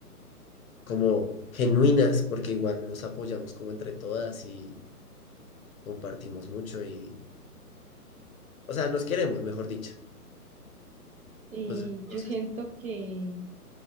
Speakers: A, on the left; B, on the right.
A: como genuinas, porque igual nos apoyamos como entre todas y compartimos mucho y, o sea, nos queremos, mejor dicho.
B: Y
A: Entonces, entonces,
B: yo siento que...